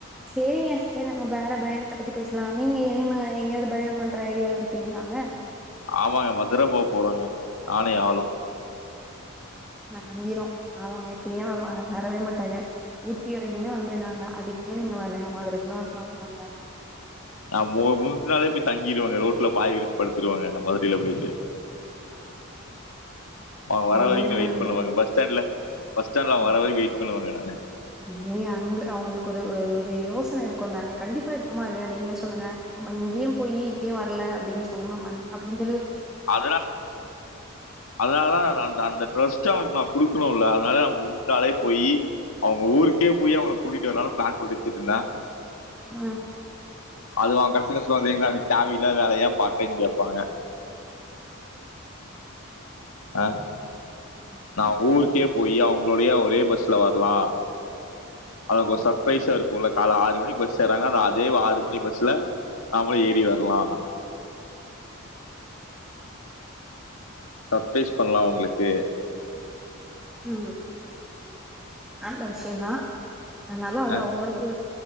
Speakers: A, in the centre; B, on the left.
A: செரிங்க சேர் நம்ம பேற பயணத்தப் பத்தி பேஸ்லா நீங்க எனிம எங்யாவ்து பயண பண்ற ஐடியால இருக்கீங்களாங்க
B: ஆமாங்க மதுர போ போறோங்க நானு ஏ ஆளு
A: வெளங்கிரு ஆமாங்க இப்ப ஏ வருவாங்க வரவே மாட்டாங்க ஊட்டி வரக்குமே ஒன் வே தாங்க அதுக்கே நீங்க வரலயாமா மதுரைக்லா <unintelligible>
B: அ மு மூணு நாளே போய் தங்கிருவங்க ரோட்ல பாய் விரிச்சு படுத்துருவங்க மதுரைல போய்ட்டு அவுங்க வர
A: அ
B: வரக்கு
A: முந்த
B: நா
A: நாள்லயே
B: வெயிட் பண்ணுவங்க பஸ் ஸ்டாண்ட்ல பஸ் ஸடாண்ட்ல அவுங்க
A: ம்.
B: வர வரக்கு வெய்ட் பண்ணுவங்க நா
A: நீ அங்க அவங்களுக்கு ஒரு ஒரு யோசன இருக்குந்தான கண்டிப்பா இரு க்குமா இல்லயா நீங்களே சொல்லுங்க இங்யு போய் இங்யு வர்ல டின் சொன்ன நம்ம அப்டின்
B: அதனால அதனால தா அந்த அந்த ட்ரஸ்ட் அவுங்ளுக்கு நா குடுக்குணுல அதனால நா முந்தாலே போயி அவுங்க ஊருக்கே போய் அவுங்கள கூட்டிட்டு வரலானு ப்ளான் போட்டு வச்சுட்டுருந்தே
A: ம்
B: அது அவுங் கட் சில <unintelligible> தேவ் இல்லாத வேலய ஏ பாத்தேன் கேப்பாங்க அ
A: ஓகேடா.
B: நா‌ ஊருக்கே போயி அவுங்ளோடய ஒரே பஸ்ல வர்லா அவளுக்கு ஒரு சர்ப்ரைஸா இருக்குல கால ஆறு மணிக்கு பஸ் ஏறாங்கன்னா நா அதே ஆறு மணி பஸ்ல நாம்ளு ஏறி வர்லா சர்ப்ரைஸ் பண்லா அவுங்ளுக்கு
A: ம் நல்ல விஷ்யோ தா ஆனாலு அது
B: ஆ
A: அவுங்களுக்கு